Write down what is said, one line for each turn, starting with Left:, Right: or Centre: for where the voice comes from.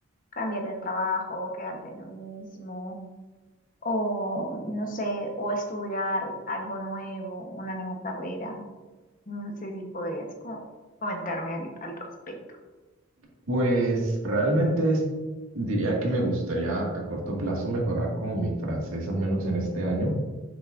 Left: cambiar de trabajo, quedarte en lo mismo, o no sé, o estudiar algo nuevo, una nueva carrera. No sé si podrías como comentarme al, al respecto.
Right: Pues realmente es- diría que me gustaría a corto plazo mejorar como mi francés, al menos en este año